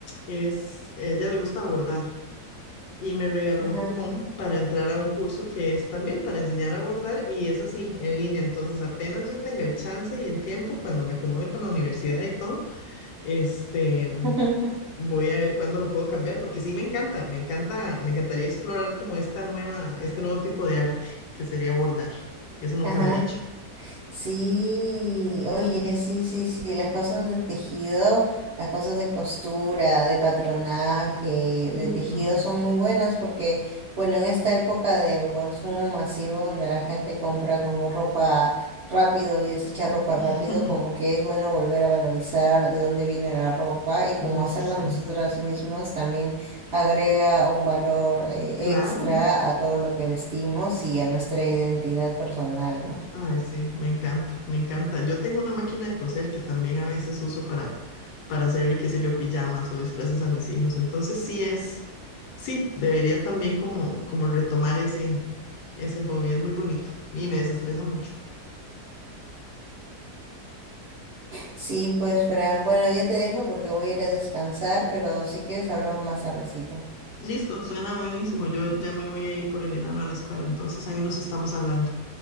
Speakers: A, on the left (about 75°); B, on the right (about 70°).
A: es, ella le gusta bordar. y me regaló
B: Ajá.
A: un cupón para entrar a un curso que es también para enseñar a bordar y es así, en línea. Entonces, apenas yo tenga el chance y el tiempo, cuando me acomode con la universidad y todo, este,
B: <laughs>
A: voy a ver cuándo lo puedo cambiar, porque sí me encanta, me encanta, me encantaría explorar como esta nueva, este nuevo tipo de arte que sería bordar. Eso nunca
B: Ajá.
A: lo he hecho.
B: Sí, oye, sí, sí, sí, las cosas de tejido, las cosas de costura, de patronaje,
A: Ujú.
B: de tejido son muy buenas porque, bueno, en esta época de consumo masivo donde la gente compra como ropa rápido y desecha ropa
A: <laughs>
B: rápido, como que es bueno volver a valorizar de dónde viene la ropa y como
A: Uf,
B: hacerla
A: sí.
B: nosotras mismas también agrega un valor eh,
A: Claro.
B: extra a todo lo que vestimos y a nuestra identidad personal, ¿no?
A: Ay, sí, me encanta, me encanta. Yo tengo una máquina de coser que también a veces uso para, para hacerle, qué sé yo, pijamas o disfraces a mis hijos. Entonces sí es, sí, debería también como, como retomar ese, ese hobby. Es muy bonito y me desestresa mucho.
B: Sí, pues, Fran. Bueno, ya te dejo porque voy a ir a descansar, pero si quieres hablamos más tardecito.
A: Listo, suena buenísimo. Yo ya me voy a ir por el enano a la escuela, entonces ahí nos estamos hablando.